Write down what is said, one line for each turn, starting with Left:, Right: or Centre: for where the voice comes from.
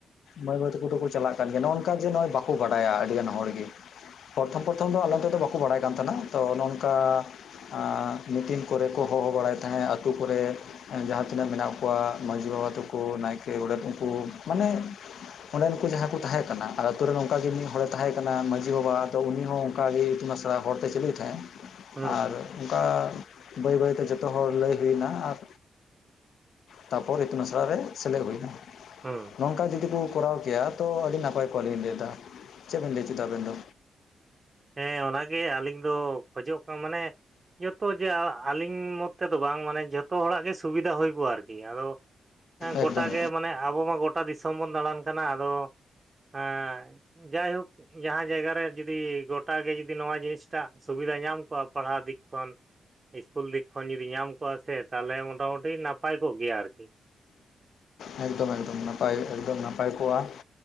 Left: ᱢᱟᱹᱭ ᱵᱟᱹ ᱛᱟᱠᱚ ᱫᱩᱠᱩ ᱪᱟᱞᱟᱜ ᱠᱟᱱ ᱜᱮᱭᱟ ᱱᱚᱜ ᱱᱚᱝᱠᱟ ᱡᱮ ᱱᱚᱜ ᱵᱟᱠ ᱠᱩ ᱵᱟᱰᱟᱭᱟ ᱟᱹᱰᱤ ᱜᱟᱱ ᱦᱚᱲ ᱜᱮ ᱯᱚᱛᱷᱚᱢ ᱯᱚᱛᱷᱚᱢ ᱫᱚ ᱟᱞᱮ ᱚᱱᱛᱮ ᱫᱚ ᱵᱟᱠᱚ ᱵᱟᱲᱟᱭ ᱠᱟᱱ ᱛᱟᱦᱮᱱᱟ ᱛᱚ ᱱᱚᱜ-ᱚ ᱱᱚᱝᱠᱟ ᱟ ᱢᱤᱴᱤᱱ ᱠᱚᱨᱮ ᱠᱚ ᱦᱚᱦᱚ ᱵᱟᱲᱟᱭᱮᱫ ᱛᱟᱦᱮᱸᱫ ᱟᱛᱳ ᱠᱚᱨᱮ ᱡᱟᱦᱟᱸ ᱛᱤᱱᱟᱹᱜ ᱢᱮᱱᱟᱜ ᱠᱚᱣᱟ ᱢᱟᱹᱡᱷᱤ ᱵᱟᱵᱟ ᱛᱟᱠᱚ ᱱᱟᱭᱠᱮ ᱜᱚᱰᱮᱛ ᱩᱱᱠᱩ ᱢᱟᱱᱮ ᱚᱸᱰᱮᱱ ᱠᱩ ᱡᱟᱦᱟᱸ ᱠᱚ ᱛᱟᱦᱮᱸ ᱠᱟᱱᱟ ᱟᱨ ᱟᱛᱳ ᱨᱮᱱ ᱚᱱᱠᱟ ᱜᱤ ᱢᱤᱫ ᱦᱚᱲᱮ ᱛᱟᱦᱮᱸ ᱠᱟᱱᱟ ᱢᱟᱺᱡᱷᱤ ᱵᱟᱵᱟ ᱛᱚ ᱩᱱᱤ ᱦᱚᱸ ᱚᱱᱠᱟ ᱜᱤ ᱤᱛᱩᱱ ᱟᱥᱲᱟ ᱦᱚᱲ ᱛᱮᱭ ᱪᱟᱹᱞᱩᱭ ᱛᱟᱦᱮᱸᱫ᱾
Right: ᱦᱮᱸ
Left: ᱟᱨ ᱚᱱᱠᱟ ᱵᱟᱹᱭ ᱵᱟᱹᱭ ᱛᱮ ᱡᱚᱛᱚ ᱦᱚᱲ ᱞᱟᱹᱭ ᱦᱩᱭᱱᱟ ᱟᱨ ᱛᱟᱨᱯᱚᱨ ᱤᱛᱩᱱ ᱟᱥᱲᱟ ᱨᱮ ᱥᱮᱞᱮᱫ ᱦᱩᱭ ᱮᱱᱟ᱾
Right: ᱦᱩᱸ
Left: ᱱᱚᱝᱠᱟ ᱡᱩᱫᱤ ᱠᱚ ᱠᱚᱨᱟᱣ ᱠᱮᱭᱟ ᱛᱚ ᱟᱹᱰᱤ ᱱᱟᱯᱟᱭ ᱠᱚᱟ ᱞᱤᱧ ᱞᱟᱹᱭ ᱮᱫᱟ ᱾ ᱪᱮᱫ ᱵᱮᱱ ᱞᱟᱹᱭ ᱚᱪᱚᱭ ᱫᱟ ᱟᱵᱮᱱ ᱫᱚ?
Right: ᱦᱮᱸ ᱚᱱᱟ ᱜᱮ ᱟᱹᱞᱤᱧ ᱫᱚ ᱠᱷᱚᱡᱚᱜ ᱠᱟᱱᱟ ᱢᱟᱱᱮ ᱡᱚᱛᱚ ᱡᱮ ᱟᱹᱞᱤᱧ ᱢᱚᱛ ᱛᱮᱫᱚ ᱵᱟᱝ ᱢᱟᱱᱮ ᱡᱷᱚᱛᱚ ᱦᱚᱲᱟᱜ ᱜᱮ ᱥᱩᱵᱤᱫᱷᱟ ᱦᱩᱭ ᱠᱚᱜᱼᱟ ᱟᱨᱠᱤ ᱟᱫᱚ ᱾ ᱦᱮᱸ
Left: ᱮᱠᱫᱚᱢ
Right: ᱜᱚᱴᱟ ᱜᱮ ᱢᱟᱱᱮ ᱟᱵᱚ ᱦᱚᱸ ᱜᱚᱴᱟ ᱫᱤᱥᱚᱢ ᱵᱚᱱ ᱫᱟᱬᱟᱱ ᱠᱟᱱᱟ ᱟᱫᱚ ᱦᱟᱸ ᱡᱟᱭᱦᱳᱠ ᱡᱟᱦᱟᱸ ᱡᱟᱭᱜᱟ ᱨᱮ ᱡᱩᱫᱤ ᱜᱚᱴ ᱜᱚᱴᱟᱜ ᱜᱮ ᱡᱩᱫᱤ ᱱᱚᱣᱟ ᱡᱤᱱᱤᱥᱴᱟ ᱥᱩᱵᱤᱫᱷᱟ ᱧᱟᱢ ᱠᱚᱜ-ᱟ ᱯᱟᱲᱦᱟᱣ ᱫᱤᱠ ᱠᱷᱚᱱ ᱤᱥᱠᱩᱞ ᱫᱤᱠ ᱠᱷᱚᱱ ᱡᱩᱫᱤ ᱧᱟᱢ ᱠᱚᱜ-ᱟ ᱥᱮ ᱛᱟᱦᱚᱞᱮ ᱢᱚᱴᱟᱢᱩᱴᱤ ᱱᱟᱯᱟᱭ ᱠᱚᱜ ᱠᱮᱭᱟ ᱟᱨᱠᱤ ᱾
Left: ᱮᱠᱫᱚᱢ ᱮᱠᱫᱚᱢ ᱱᱟᱯᱟᱭ ᱮᱠᱫᱚᱢ ᱱᱟᱯᱟᱭ ᱠᱚᱜ-ᱟ᱾